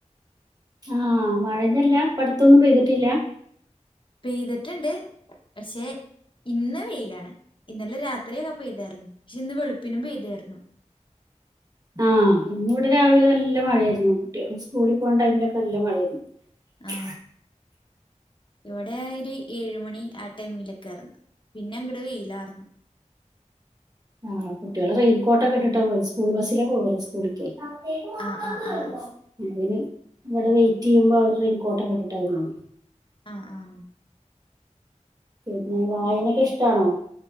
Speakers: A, on the right (about 30°); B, on the left (about 40°).
A: ആഹ മഴന്നല്ല പടത്തൊന്നും പെയ്തിട്ടില്ല
B: പെയ്തിട്ടുണ്ട് പക്ഷെ ഇന്ന്‌ വെയിലാണ് ഇന്നലെ രാത് അത്രയൊക്കെ പെയ്തായി പക്ഷെ ഇന്ന് വെളുപ്പിനും പെയ്തായിരുന്നു
A: ആഹ ആ്ന്നിവിടെ രാവിലെ നല്ല മഴയായിരുന്നു കുട്ടികൾ സ്കൂളിൽ പോകണ ടൈമിലൊക്കെ നല്ല മഴയായിരുന്നു
B: ആ
A: േ
B: ഇവിടെ ആ ഒരു ഏഴ് മണി ആ ടൈമിലൊക്കെ ആര്ന്ന് പിന്നെ അങ്ങടെ വെയിലാറന്നു
A: ആഹ കുട്ടികൾ റെയിൻകോട്ട ഒക്കെ ഇട്ട പോകും സ്കൂൾ ബസിലേ പോല്ല സ്കൂളേക്ക്
B: ആ
A: <inaudible>
B: ആ ആ
A: അതിന് ഇവിടെ വെയിറ്റ് ചെയ്യുമ്പോ അവ റെയിൻ കോട്ടകെ ഇട്ടട്ടായിണ്
B: ആഹ് ആഹ
A: പിന്നെ വായനൊക്കെ ഇഷ്ടാണോ